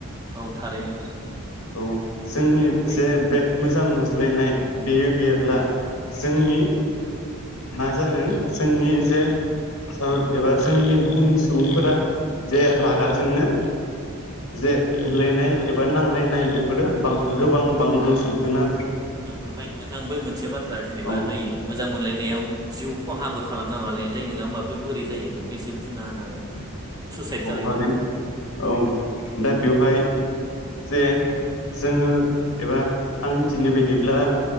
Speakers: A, on the right (about 15°); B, on the left (about 80°).
A: औ थारैनो
B: औ जोंनि
A: ओमफ्राय
B: जे
A: औ
B: बे मोजां मोनज्लायनाय बेयो गैयाब्ला जोंनि मा जागोन जोंनि जे भारत एबा जोंनि बुहुमनि सुबुंफोरा जे रागाजोंनो
A: उम
B: जे बुलायनाय एबा नांलायनाय बे फोरो बां
A: ओ
B: गोबां बांलांजोबगोन आरो।
A: ओमफ्राय नोंथां बै मोनसे बाथ्रा जेनेबा
B: औ
A: बै मोजां मोनलायनायाव जिउ खहाबो खालामना लालायनाय जायो नङा होमबा बे बोरै जायो बेखौ एसे बुंना होनो हागोन नामा? <inaudible> जालायनायफ्रा
B: औ हागोन औ दा बेवहाय जे जोङो एबा आं मिथिनाय बायदिब्ला